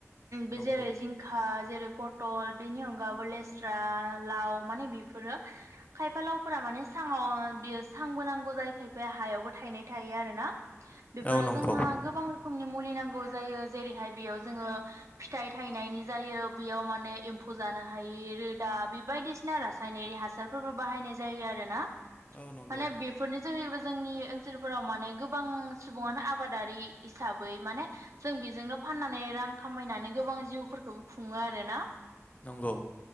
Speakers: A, on the right; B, on the left.
A: बे
B: नंगौ
A: जेरै जिंखा जेरै पथल बेनि अनगाबो लेस्रा लाव माने बेफोरो खायफा लावफोरा माने साङाव बियो सांबो नांगौ जायो। खायफाया हायावबो थायनाय थायो आरोना बेफोराव
B: औ नंगौ
A: जोंहा गोबां रोखोमनि मुलि नांगौ जायो जेरैहाय बेयाव जोङो फिथाइ थायनायनि जायो बेयाव माने एम्फौ जानोहायि रोदा बेबायदिसिना रासायनारि हासारफोरबो बाहायनाय जायो आरोना।
B: औ नंगौ
A: माने बेफोरनि जोंनि ओनसोलफोराव माने गोबां सुबुङानो आबादारि हिसाबै माने जों बे जोंनो फाननानै रां खामायनानै गोबां जिउफोरखौबो खुङो आरो ना।
B: नंगौ